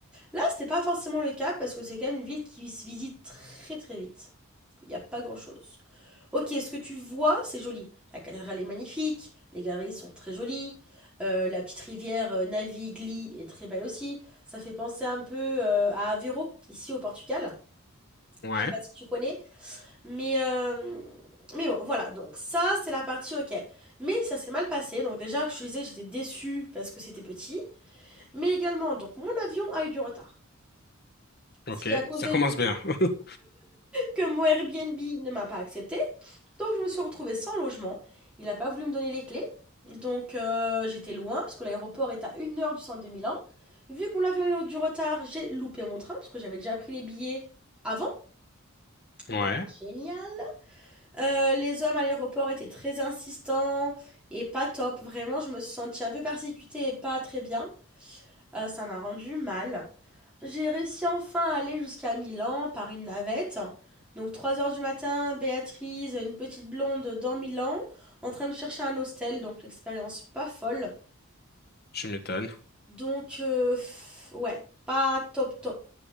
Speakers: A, in the centre; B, on the left (about 45°).
A: Là, c'était pas forcément le cas parce que c'est quand même une ville qui se visite très très vite. Il n'y a pas grand-chose. OK, ce que tu vois, c'est joli. La cathédrale est magnifique, les galeries sont très jolies, euh, la petite rivière euh, Navigli est très belle aussi. Ça fait penser un peu euh, à Aveiro, ici au Portugal.
B: Ouais.
A: Je sais pas si tu connais, mais, euh, mais bon, voilà. Donc ça, c'est la partie OK. Mais ça s'est mal passé. Donc déjà, que je te disais, j'étais déçue parce que c'était petit. Mais également, donc mon avion a eu du retard.
B: Ok.
A: Ce qui a causé
B: Ça commence
A: du
B: bien. <laughs>
A: que mon Airbnb ne m'a pas accepté. Donc je me suis retrouvée sans logement. Il n'a pas voulu me donner les clés. Donc euh, j'étais loin parce que l'aéroport est à une heure du centre de Milan. Vu qu'on mon eu du retard, j'ai loupé mon train parce que j'avais déjà pris les billets avant. Donc
B: Ouais.
A: génial. Euh, les hommes à l'aéroport étaient très insistants et pas top. Vraiment, je me suis sentie un peu persécutée et pas très bien. Heu, ça m'a rendu mal. J'ai réussi enfin à aller jusqu'à Milan par une navette. Donc trois heures du matin, Béatrice, une petite blonde dans Milan, en train de chercher un hostel, donc l'expérience pas folle.
B: Je m'étonne.
A: Donc heu, ouais, pas top top.